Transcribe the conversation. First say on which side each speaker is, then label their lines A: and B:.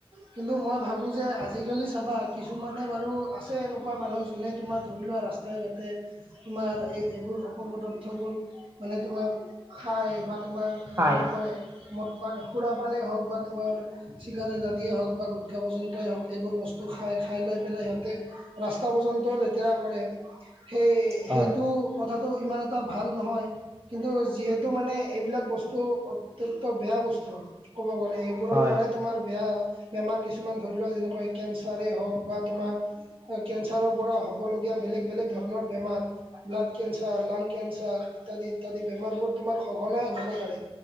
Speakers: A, on the right (about 60°); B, on the right (about 30°).
A: কিন্তু মই ভাবোঁ যে আজি কালি চাবা কিছুমানে বাৰু আছে এনেকুৱা মানুহ যোনে তোমাৰ ধৰি লোৱা ৰাস্ স্তাই বাতে তোমাৰ এই এইবোৰ অপ-পদাৰ্থবোৰৰ মানে তোমাক খায় বা তোমাৰ গ্ৰহণ
B: হয়
A: কৰে মদ পান খুৰা পানেই হওক বা তোমাৰ চিগাৰেট আদিয়ে হওক বা গুটখা পৰ্যন্তই হওক, এইবোৰ বস্তু খায় খাইলৈ পেলাই সিহঁতে ৰাস্তা পৰ্যন্তও লেতেৰা কৰে, সেই
B: হয়
A: সেইটো কথাটো ইমান এটা ভাল নহয়, কিন্তু যিহেতু মানে এইবিলাক বস্তু প্ৰতক্ত বেয়া বস্তু, কব গ'লে এইবোৰৰ
B: হয়
A: পৰাই
B: হয়
A: তোমাৰ বেয়া বেমাৰ কিছুমান ধৰি লওক যেনেকৈ কেঞ্চাৰেই হওক বা তোমাৰ কেঞ্চাৰৰ পৰা হ'ব লগীয়া বেলেগ বেলেগ ধৰণৰ বেমাৰ ব্লাড কেঞ্চাৰ, লাং কেঞ্চাৰ ইত্যাদি ইত্যাদি বেমাৰবোৰ তোমাৰ সঘনাই হ'ব পাৰে।